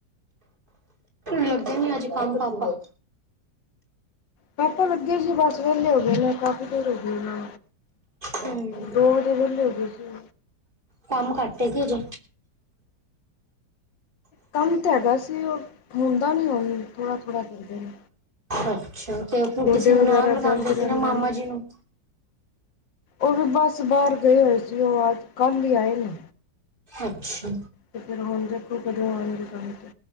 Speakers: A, on the right; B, on the left.
A: ਲੱਗੇ ਨੀ ਅੱਜ ਕੰਮ ਪਾਪਾ
B: ਪਾਪਾ ਲੱਗੇ ਸੀ ਬਸ ਵਹਲੇ ਹੋ ਗਏ ਨੇ, ਕਾਫ਼ੀ ਦੇਰ ਹੋ ਗਈ ਇਹਨਾਂ
A: ਹਮ
B: ਦੋ ਵਜੇ ਵੇਲੇ ਹੋ ਗਏ ਸੀ
A: ਕੰਮ ਘੱਟ ਹੈ ਕੀ ਹਜੇ
B: ਕੰਮ ਤੇ ਹੈਗਾ ਸੀ, ਉਹ ਹੁੰਦਾ ਨੀ ਹੁਣ ਥੋੜਾ ਥੋੜਾ ਕਰਦੇ ਨੇ
A: ਅੱਛਾ ਤੇ ਔਥੋ
B: ਗੋਡੇ
A: ਕਿਸੇ ਨੂੰ
B: ਵਗੈਰਾ
A: ਨਾਲ ਲਗਾਉਂਦੇ
B: ਦਰਦ ਰਹਿੰਦੇ
A: ਸੀ ਨਾ, ਮਾਮਾ
B: ਨੇ
A: ਜੀ ਨੂੰ
B: ਉਹ ਵੀ ਬੱਸ ਬਾਹਰ ਗਏ ਹੋਏ ਸੀ, ਉਹ ਆਦ ਕੱਲ ਹੀ ਆਏ ਨੇ
A: ਅੱਛਾ
B: ਤੇ ਫੇਰ ਔ ਅੰਦਰ ਕਿਉ ਕਰਵਾਣ ਗੇ ਕੰਮ ਤੇ